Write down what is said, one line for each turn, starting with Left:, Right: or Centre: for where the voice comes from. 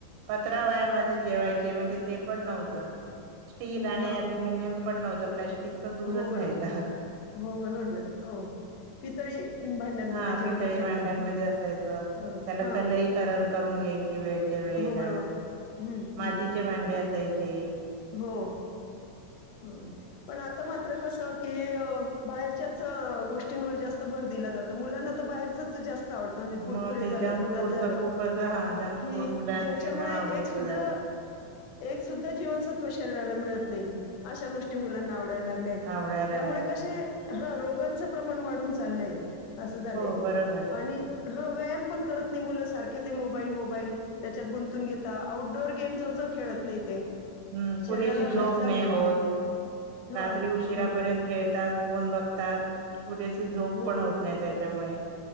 Right: पत्रावळ्यामध्ये जेवायचे म्हणजे
Left: हं,
Right: ते पण नव्हतं स्टील आणि
Left: हां.
Right: अल्युमिनियम पण नव्हतं फ्लॅश तर दूरच
Left: हो बरोबर
Right: राहायचं
Left: हो बरोबर ना हो पितळी भांड्यांमध्ये
Right: हा
Left: जेवण
Right: पितळी
Left: असायचं
Right: भांड्यांमध्ये
Left: हं
Right: असायच त्याला
Left: हं हां
Right: कलइ करून
Left: हां
Right: घ्यायची वेळच्या वेळी.
Left: हो बरोबर हं
Right: मातीचे
Left: हं
Right: भांडे असायचे,
Left: हो. हो पण आता मात्र कसं की बाहेरच्याच गोष्टींवर जास्त भर दिला जातो, मुलांना तर बाहेर तर जास्त आवडत
Right: मग
Left: कुरकुरे
Right: ते
Left: झालं,
Right: जंक
Left: नूडल्स
Right: फूड
Left: झालं
Right: तर खूपच हा जंक
Left: की
Right: फूड मुलांचं
Left: ज्याच्यामुळे
Right: एकदम आवडीचं
Left: एक सुद्धा
Right: झालं
Left: एक सुद्धा जीवन शरीराला मिळत नाही. अशा गोष्टी मुलांना आवडायला लागल्याय
Right: आवडायला
Left: त्यामुळे
Right: लागलेत
Left: कसे हा रोगांचं प्रमाण वाढून चालय. असं झालंय
Right: हो बरोबर
Left: आणि हा व्यायाम पण करत नाही, मुलं सारखे ते मोबाईल मोबाईल त्याच्यात गुंतून घेता आउटडोअर गेम जवळ जवळ खेळत नाही ते.
Right: हम्म
Left: शरीराला
Right: पुरेशी
Left: हालचाल
Right: झोप नाही होत.
Left: हा
Right: रात्री उशिरापर्यंत
Left: बरोबर
Right: खेळतात फोन बघतात. पुरेशी झोप
Left: हो
Right: पण
Left: बरोबर
Right: होत नाही त्याच्यामुळे.